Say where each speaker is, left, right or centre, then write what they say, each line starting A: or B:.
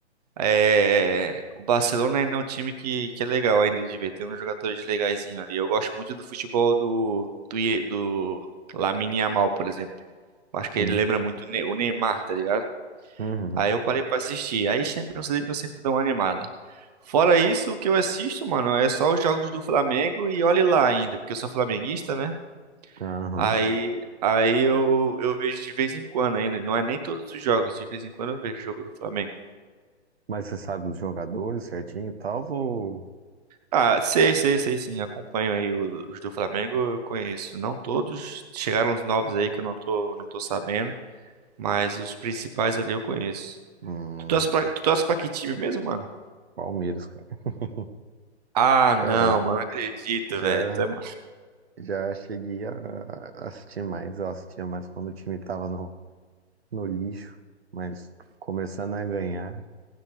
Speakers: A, on the right; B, on the right.
A: É, o Barcelona ainda é um time que, que é legal ainda de ver. Tem uns jogadores legaizinhos ali. Eu gosto muito do futebol do, do, Ye- do Lamine Yamal, por exemplo. Eu acho que
B: Hum.
A: ele lembra muito o Ne- o Neymar, tá ligado?
B: Uhum.
A: Aí eu parei pra assistir. Aí Champions League eu sempre dou uma animada. Fora isso, o que eu assisto, mano, é só os jogos do Flamengo e olhe lá ainda, porque eu sou flamenguista, né?
B: Aham.
A: Aí, aí eu, eu vejo de vez em quando ainda. Não é nem todos os jogos, de vez em quando eu vejo o jogo do Flamengo.
B: Mas você sabe os jogadores certinho e tal? Ou...
A: Ah, sei, sei, sei sim. Acompanho aí o- os do Flamengo, eu conheço. Não todos, chegaram os novos aí que eu não tô, não tô sabendo, mas os principais ali eu conheço.
B: Hum,
A: Tu torce pra, Uhum. tu Uhum. torce pra que time mesmo, mano?
B: Palmeiras, cara. <laughs>
A: Ah, não,
B: Cara,
A: mano, não acredito,
B: já,
A: velho. Tam-
B: já cheguei a a assistir mais. Eu assistia mais quando o time tava no, no lixo, mas começando a ganhar.